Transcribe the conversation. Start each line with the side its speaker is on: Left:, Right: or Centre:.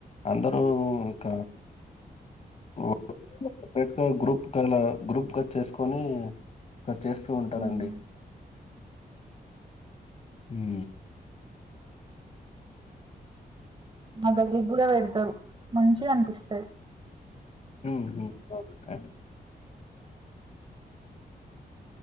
Left: అందరూ ఉంక ఒక్క వేళ సపరేట్గా గ్రూప్గాలా గ్రూప్గా చేసుకొని చేస్తూ ఉంటారండి
Right: ఆహా
Left: ఉ
Right: మా గల్లి కి గుడా పెడతారు మంచిగా అనిపిస్తది
Left: కా